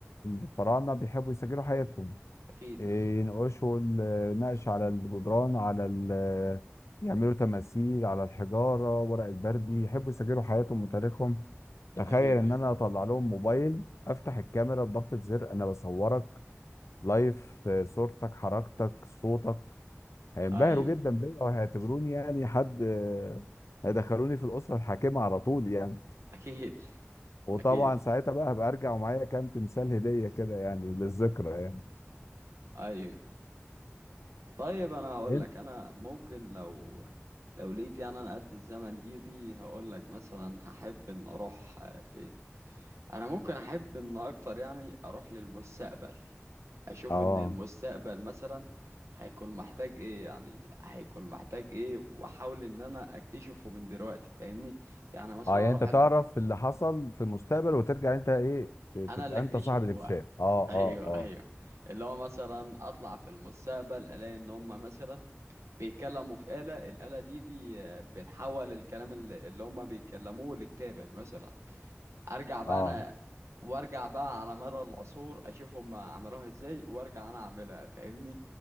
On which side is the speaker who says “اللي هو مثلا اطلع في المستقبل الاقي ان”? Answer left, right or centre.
Right